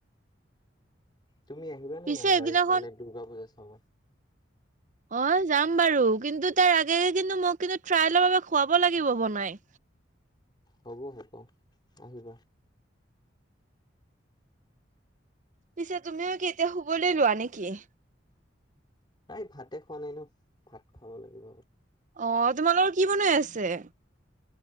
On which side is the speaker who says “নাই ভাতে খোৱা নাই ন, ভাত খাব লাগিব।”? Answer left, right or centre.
Left